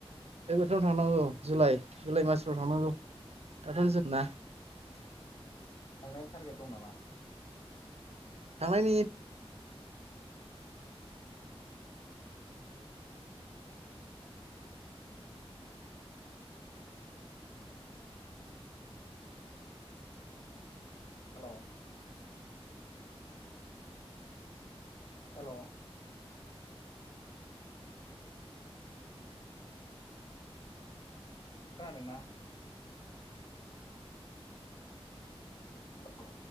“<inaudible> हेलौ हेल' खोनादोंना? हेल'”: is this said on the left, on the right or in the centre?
Left